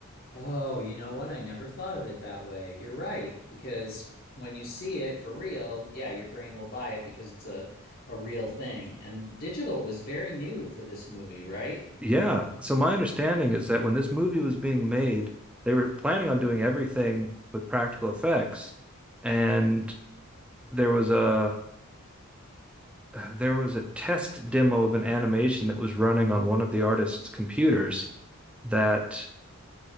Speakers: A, on the left (about 40°); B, in the centre.
A: Oh, you know what? I never thought of it that way. You're right, because when you see it for real, yeah, your brain will buy it because it's a a real thing. And digital was very new for this movie, right?
B: Yeah. So my understanding is that when this movie was being made, they were planning on doing everything with practical effects. And there was a there was a test demo of an animation that was running on one of the artist's computers that